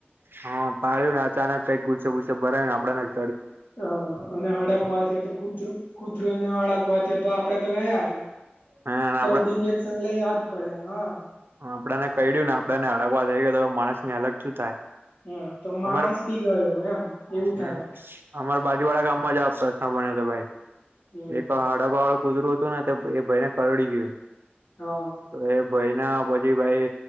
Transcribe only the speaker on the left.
હ અને હળકવાથી તો કૂતરું કૂતરું અને હડકવાથી તો આપડે તો ગયા જ
ચૌદ ઇન્જેક્શન લઈવા જ પડે હા
હા તો માણસ
બી ગયો એમ એવું થાય
હમ
હા